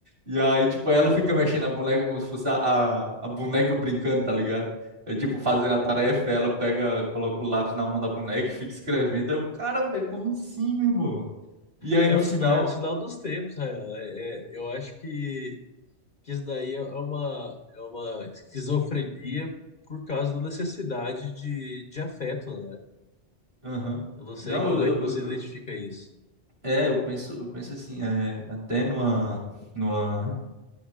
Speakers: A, on the right (about 50°); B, on the left (about 50°).
A: E aí, tipo, ela fica mexendo a boneca como se fosse a, a, a boneca brincando, tá ligado? É tipo, fazendo a tarefa, ela pega, coloca o lápis na mão da boneca e fica escrevendo. Eu, cara, velho, como assim, meu irmão? E aí
B: É
A: no
B: o
A: final.
B: sinal, é o sinal dos tempos, Rayan. É, é- eu acho que, que isso daí é uma, é uma esquizofrenia por causa da necessidade de, de afeto, né?
A: Aham.
B: Eu não sei
A: Não,
B: como
A: eu, eu,
B: é que você
A: eu-
B: identifica
A: eu-
B: isso.
A: é, eu penso, eu penso assim, é, até numa, numa